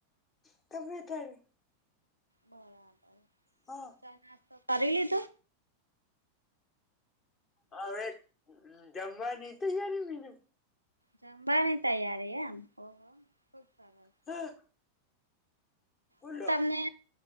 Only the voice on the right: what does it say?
બરાબર.
ચા-નાસ્તો કરી લીધો?
જમવાની તૈયારી એમ? ઓહો, ખુબ સરસ.
હું તમને,